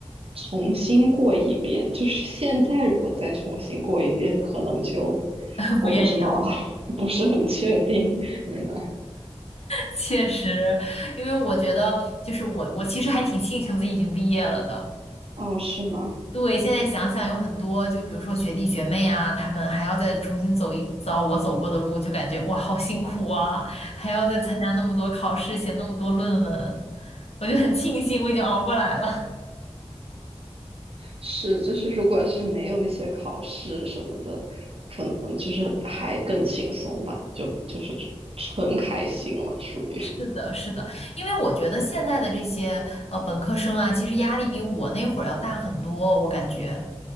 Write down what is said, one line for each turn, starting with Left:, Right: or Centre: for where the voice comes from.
Right: 重新过一遍，就是现在如果再重新过一遍，可能就
Left: <laughs>
Right: 我不知道，
Left: 不愿意了。
Right: <laughs> 不是很确定，你呢？
Left: 确实，因为我觉得，就是我，我其实还挺庆幸自己已经毕业了的。
Right: 哦，是吗？
Left: 对，现在想想有很多，就比如说学弟学妹啊，他们还要再重新走一遭我走过的路，就感觉哇，好辛苦啊，还要再参加那么多考试，写那么多论文，我就很庆幸我已经熬过来了。
Right: 是，就是如果是没有那些考试什么的，可能就是还更轻松吧，就就是纯开心了，属于。
Left: <laughs> 是的，是的，因为我觉得现在的这些呃本科生啊，其实压力比我那会儿要大很多，我感觉。